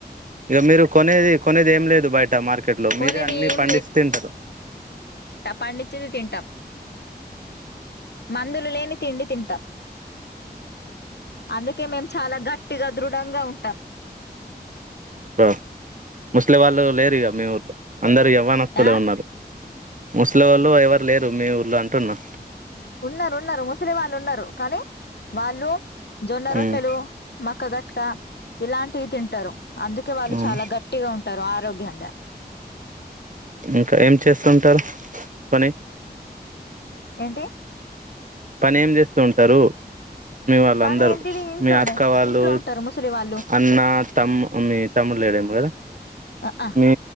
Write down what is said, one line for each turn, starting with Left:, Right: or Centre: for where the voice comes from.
Right: ఇగ మీరు కొనేది కొనేది ఏం లేదు బయట మార్కెట్ లో
Left: కొనేది
Right: మీరే అన్ని
Left: ఏం
Right: పండిస్ తింటరు
Left: పండించిది తింటాం మందులు లేని తిండి తింటాం అందుకే మేము చాలా గట్టిగా దృఢంగా ఉంటాం
Right: ఆ ముస్లి వాళ్ళు లేరిగ మీ ఊర్లో అందరు ఎవ్వనస్తులే
Left: ఆ
Right: ఉన్నారు ముసలి వాళ్ళు ఎవరు లేరు మీ ఊర్ళ అంటున్నా
Left: ఉన్నరు ఉన్నరు ముసలి వాళ్ళు ఉన్నారు కానీ వాళ్ళు జొన్న
Right: ఉమ్,
Left: రొట్టెలు మక్క గట్క ఇలాంటివి తింటరు అందుకే వాళ్ళు
Right: అవును.
Left: చాలా గట్టిగా ఉం టరు ఆరోగ్యంగా
Right: ఇంకా ఏం చేస్తుంటరు పని
Left: ఏంటి
Right: పని ఏం జెస్తూ ఉంటారు మీ వాళ్ళు
Left: పని
Right: అందరూ
Left: ఏంటిది ఇంట్లోనే
Right: మీ అక్క వాళ్ళు
Left: ఇంట్లో ఉంటారు ముసలి వాళ్ళు
Right: అన్న తమ్ మీ తమ్ముళ్ళ లేడేం కదా
Left: ఆ ఆ
Right: మీ